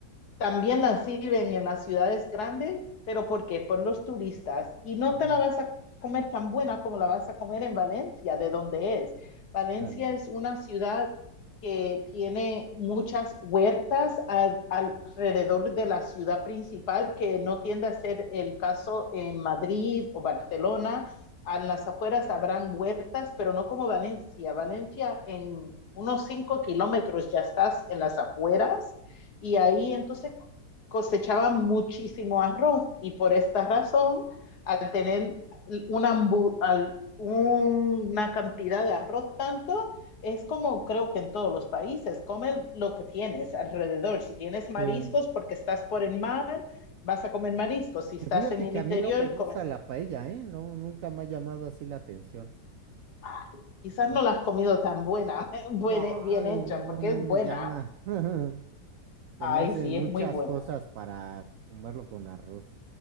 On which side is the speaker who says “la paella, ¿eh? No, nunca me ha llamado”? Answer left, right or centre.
Right